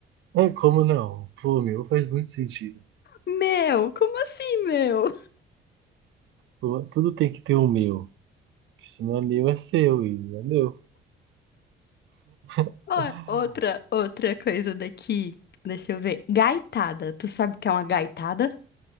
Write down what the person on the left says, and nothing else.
Meu, como assim, meu?
Ó, Outra, outra coisa daqui. Deixa eu ver. Gaitada. Tu sabe o que é uma gaitada?